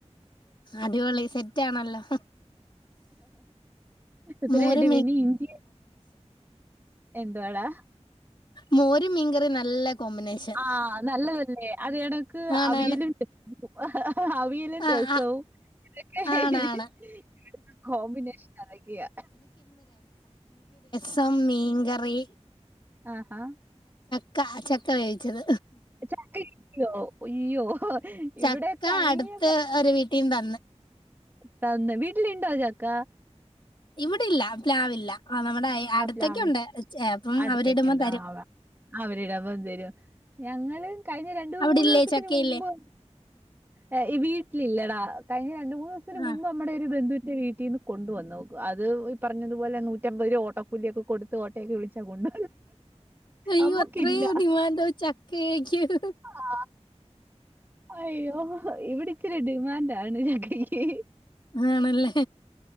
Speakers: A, on the left (about 45°); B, on the right (about 20°).
A: അടിപൊളി സെറ്റാണല്ലോ
B: ഇത്ര
A: മോര്
B: എട്ട പിന്നെ ഇഞ്ചി എന്തുവാടാ
A: മോര് മീൻകറി നല്ല കോമ്പിനേഷൻ
B: ആ നല്ലതല്ലേ അത് എടക്ക്
A: ആണാണ്
B: അവിയലുണ്ട് അഹ് അഹ് അവിയലും
A: ആഹ്
B: രസവും
A: ആഹ്
B: ഇതൊക്കെ ഹേ
A: ആണാണ്
B: ഹേ കോമ്പിനേഷൻ അതൊക്കെയാ
A: സം മീൻ കറി
B: ആ ഹാ
A: ആ ചക്ക വേവിച്ചത്
B: ചക്ക കിട്ടിയോ അയ്യോ
A: ചക്ക
B: ഇവിടെ കഴിഞ്ഞു
A: അടുത്ത് ഒരു വീട്ടീന്ന് തന്ന്
B: തന്ന വിട്ട് ഇട്ടിലുണ്ടോ ചക്ക
A: ഇവിടെല്ല പ്ലാവില്ല ആഹ് നമ്മുടെ അടുത്തൊക്കെയുണ്ട്
B: ആ പ്ലാവ്
A: അപ്പം
B: അടുത്തൊക്കെ
A: അവരിടുമ്പോ
B: ഉണ്ട്
A: തരും
B: അവരിട്പം തരും ഞങ്ങള് കഴിഞ്ഞ രണ്ടു
A: അവിടില്ലേ
B: മൂന്ന് ദിവസത്തിന്
A: ചക്കയില്ലേ
B: മുമ്പ് ഏ വീട്ടിലില്ലടാ കഴിഞ്ഞ രണ്ട് മൂന്ന് ദസത്തിന് മുമ്പ്
A: ആഹ്
B: നമ്മടെ ഒരു ബന്ധു ന്റെ വീട്ടീന് കൊണ്ടുവന്ന അത് ഈ പറഞ്ഞതുപോലെ നൂറ്റമ്പത് ഓട്ടോ പുല്ലിയൊക്കെ കൊടുത്ത് ഓട്ടയക്കെ വിളിച്ചാ കൊണ്ട
A: അയ്യോ
B: അമ്മക്കില്ല
A: അത്രയും ഡിമാൻഡോ ചക്കയ്ക്ക്
B: ആ അയ്യോ ഇവിടെ ഇച്ചരിണ്ട് ഡിമാന്റ് ആണ് ചക്കക്കി
A: ആണല്ലേ